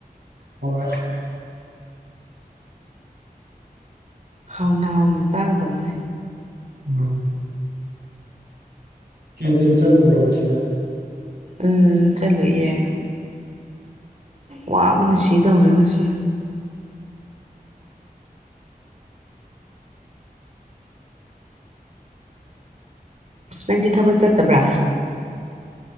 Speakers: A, on the right (about 85°); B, on the right (about 45°).
A: ꯍꯣꯏ
B: ꯍꯥꯎꯅ ꯍꯥꯎꯅ ꯆꯥꯒꯗꯕꯅꯦ
A: ꯎꯝ ꯀꯦꯟꯇꯤꯟ ꯆꯠꯂꯨꯕ꯭ꯔꯣ ꯉꯁꯤ
B: ꯎꯝ ꯆꯂꯨꯌꯦ ꯋꯥ ꯑꯃꯅ ꯁꯤ ꯁꯤ ꯇꯧꯔꯦ ꯉꯁꯤ ꯅꯪꯗꯤ ꯊꯕꯛ ꯆꯠꯇꯕ꯭ꯔꯥ